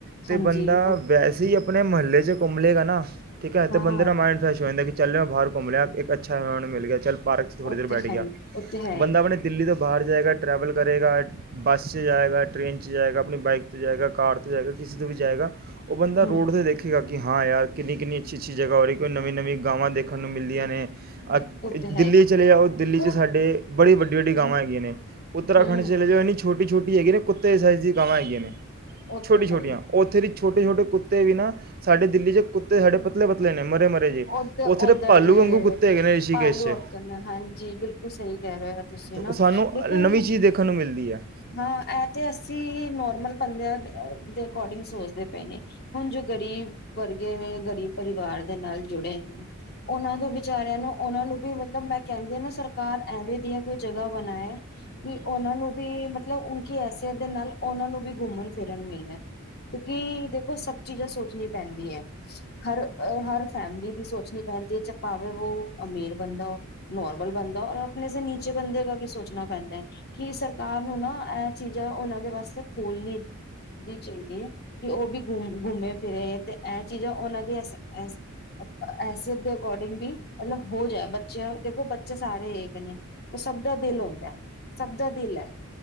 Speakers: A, on the right (about 45°); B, on the left (about 50°).
A: ਤੇ
B: ਹਾਂਜੀ
A: ਬੰਦਾ
B: ਉਹ
A: ਵੈਸੇ ਹੀ ਆਪਣੇ ਮਹੱਲੇ 'ਚ ਘੁਮ ਲੇ ਗਾ ਨਾ ਠੀਕ ਹੈ
B: ਹਾਂ
A: ਤੇ ਬੰਦੇ ਨਾ ਮਾਇੰਡ ਫਰੈਸ਼ ਹੋ ਜਾਂਦਾ ਕਿ ਚੱਲ ਹੋ ਬਾਹਰ ਘੁੰਮ ਲਿਆ ਇੱਕ ਅੱਛਾ ਉਹਨਾਂ ਨੂੰ ਮਿਲ ਗਿਆ ਚਲ ਪਾਰਕ ਚ ਥੋੜ੍ਹੀ
B: ਉਹ
A: ਦੇਰ
B: ਤੇ
A: ਬੈਠ ਗਿਆ
B: ਹੈ ਹੀ ਉਹ ਤੇ ਹੈ
A: ਬੰਦਾ
B: ਹੀ
A: ਆਪਣੇ ਦਿੱਲੀ ਤੋ ਬਾਹਰ ਜਾਏਗਾ ਟਰੈਵਲ ਕਰੇਗਾ ਬੱਸ 'ਚ ਜਾਏਗਾ ਟ੍ਰੇਨ 'ਚ ਜਾਏਗਾ ਆਪਣੀ ਬਾਈਕ ਤੇ ਜਾਏਗਾ ਕਾਰ ਤੇ ਜਾਏਗਾ ਕਿਸੇ ਤੇ ਵੀ ਜਾਏਗਾ ਉਹ ਬੰਦਾ
B: ਹਮ
A: ਰੋਡ ਤੇ ਦੇਖੇਗਾ ਹਾਂ ਯਾਰ ਕਿੰਨੀ ਕਿੰਨੀ ਅੱਛੀ ਅੱਛੀ ਜਗਾਹ ਹੋ ਰਹੀ ਕੋਈ ਨਵੀਂ ਨਵੀਂ ਗਾਵਾਂ ਦੇਖਣ ਨੂੰ ਮਿਲਦੀਆਂ ਨੇ
B: ਉਹ ਤੇ
A: ਦਿੱਲੀ
B: ਹੈ ਹੀ
A: ਚਲੇ ਜਾਓ ਦਿੱਲੀ
B: ਹੁਣ
A: 'ਚ ਸਾਡੇ ਬੜੀ ਵੱਡੀ ਵੱਡੀ ਗਾਵਾਂ
B: ਹਮ
A: ਹੈਗੀਆਂ ਨੇ ਉਤਰਾਖੰਡ
B: ਹਮ
A: ਚਲੇ ਜੋ ਛੋਟੀ ਛੋਟੀ ਹੈਗੀ ਨੇ ਕੁੱਤੇ ਸਾਈਜ਼ ਦੀਆਂ ਗਾਵਾ ਹੈਗੀਆਂ ਨੇ
B: ਉਹ
A: ਛੋਟੀ
B: ਤੇ
A: ਛੋਟੀਆਂ
B: ਹੈ ਹੀ
A: ਉਹ ਉੱਥੇ ਦੀ ਛੋਟੇ ਛੋਟੇ ਕੁੱਤੇ ਵੀ ਨਾ ਸਾਡੀ ਦਿੱਲੀ ਚ ਕੁੱਤੇ ਸਾਡੇ ਪ ਪਤਲੇ ਪਤਲੇ ਨੇ ਮਰੇ ਮਰੇ ਜੇ
B: ਉਧਰ
A: ਉੱਥੇ
B: ਉਧਰ
A: ਦੇ ਭਾਲੂ
B: ਜੇ
A: ਵਾਂਗੂ ਕੁੱਤੇ ਹੈਗੇ ਨੇ ਰਿਸ਼ੀਕੇਸ਼
B: ਭਾਲੂ
A: 'ਚ
B: ਅੱਕਣ ਹਾਂਜੀ ਬਿਲਕੁਲ ਸਹੀ ਕਹਿ ਰਹੇ ਹੋ ਤੁਸੀਂ
A: ਤੇ
B: ਨਾ
A: ਸਾਨੂੰ
B: ਦੇਖੋ
A: ਨਵੀਂ ਚੀਜ਼ ਦੇਖਣ ਨੂੰ ਮਿਲਦੀ ਹੈ
B: ਹਾਂ ਇਹ ਤੇ ਅਸੀਂ ਨੋਰਮਲ ਬੰਦਿਆਂ ਦੇ ਅਕੋਰਡਿੰਗ ਸੋਚਦੇ ਪਏ ਨੇ ਹੁਣ ਜੋ ਗਰੀਬ ਵਰਗੇ ਨੇ ਗਰੀਬ ਪਰਿਵਾਰ ਦੇ ਨਾਲ ਜੁੜੇ ਨੇ ਉਹਨਾਂ ਦੇ ਵਿਚਾਰਿਆਂ ਨੂੰ ਉਹਨਾਂ ਨੂੰ ਵੀ ਤਾਂ ਮੇ ਕਹਿੰਦੇ ਨਾ ਸਰਕਾਰ ਐਵੇਂ ਦੀਆਂ ਕੋਈ ਜਗ੍ਹਾ ਬਣਾਏ ਕਿ ਉਹਨਾਂ ਨੂੰ ਵੀ ਮਤਲਬ ਉਨਕੀ ਹੈਸੀਅਤ ਦੇ ਨਾਲ ਉਹਨਾਂ ਨੂੰ ਵੀ ਘੁੰਮਣ ਫਿਰਨ ਮਿਲਿਆ ਕਿਉਂਕਿ ਦੇਖੋ ਸਭ ਚੀਜ਼ਾਂ ਸੋਚਣੀ ਪੈਂਦੀ ਹੈ ਹਰ ਹਰ ਫੈਮਿਲੀ ਦੀ ਸੋਚਣੀ ਪੈਂਦੀ ਹੈ ਭਾਵੇਂ ਉਹ ਅਮੀਰ ਬੰਦਾ ਨੋਰਮਲ ਬੰਦਾ ਔਰ ਆਪਣੇ ਨੀਚੇ ਬੰਦੇ ਕਾ ਵੀ ਸੋਚਣਾ ਪੈਂਦਾ ਹੈ ਕਿ ਸਰਕਾਰ ਨੂੰ ਨਾ ਇਹ ਚੀਜ਼ਾਂ ਉਹਨਾਂ ਦੇ ਵਾਸਤੇ ਖੋਲਣੀ ਦੀ ਚਾਹੀਦੀ ਹੈ ਕਿ ਉਹ ਵੀ ਘੁੰਮੇ ਫਿਰੇ ਤੇ ਇਹ ਚੀਜ਼ਾਂ ਉਹਨਾਂ ਦੀਆਂ ਇਸ ਇਸੇ ਦੇ ਅਕੋਡਿੰਗ ਵੀ ਮਤਲਬ ਹੋ ਜਾ ਬੱਚਿਆਂ ਦੇਖੋ ਬੱਚੇ ਸਾਰੇ ਇਕ ਨੇ ਸਭ ਦਾ ਦਿਲ ਹੁੰਦਾ ਸਭ ਦਾ ਦਿਲ ਹੈ